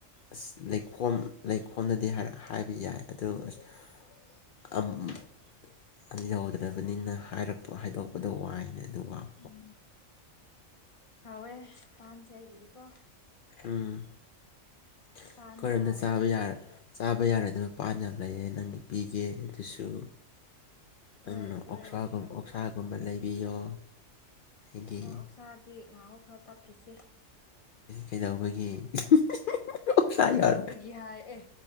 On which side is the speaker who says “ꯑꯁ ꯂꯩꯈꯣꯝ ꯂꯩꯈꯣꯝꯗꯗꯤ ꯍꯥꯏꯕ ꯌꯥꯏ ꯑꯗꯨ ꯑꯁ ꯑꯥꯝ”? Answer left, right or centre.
Left